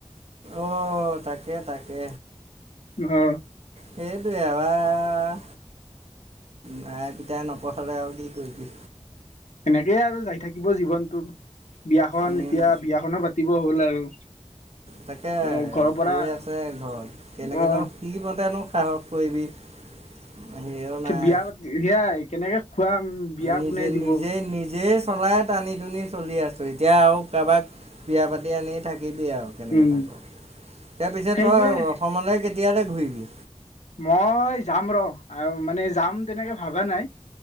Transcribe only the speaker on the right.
অ' তাকে তাকে
সেইটোয়ে আবাৰ মায়াই পিতাই নপঢ়ে আৰু কি কৰিবি
উম
তাকে
কৈ আছে ঘৰত কেনেকৈ
ধৰ কি বওঁতেনো সাহস কৰিবি হেৰিও নাই
নিজে
নিজে নিজেই চলাই টানি নি চলি আছো এতিয়া আৰু কাৰোবাক বিয়া পাতি আনি থাক থাকিবি আৰু কেনেকৈ
থাক তাৰপিছত
তই অসমলৈ কেতিয়ালৈ ঘূৰিবি